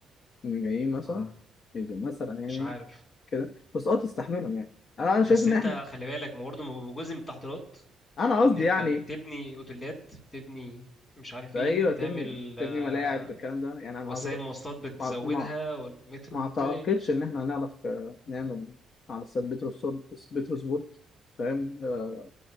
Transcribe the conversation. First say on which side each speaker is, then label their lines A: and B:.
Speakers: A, on the left (about 55°); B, on the left (about 35°).
A: من جايين مثلا
B: ما
A: إيه ده؟ مثلا يعني
B: مش عارف
A: كده بس اه تستحملهم يعني انا انا شايف
B: بس
A: ان
B: انت
A: احنا
B: خلي بالك برضه جزء من التحضيرات
A: انا قصدي
B: ان انت
A: يعني
B: بتبني اوتيلات بتبني مش عارف
A: ده
B: ايه
A: ايوه
B: بتعمل
A: تبني تبني
B: آه،
A: ملاعب بالكلام ده يعني انا
B: وسائل
A: مع...
B: مواصلات بتزودها
A: مع... مع...
B: والمترو
A: ما اعتقدش
B: كده يعني
A: ان احنا هنعرف آه، نعمل على استاد بيتروسبورت بيتروسبورت فاهم آه،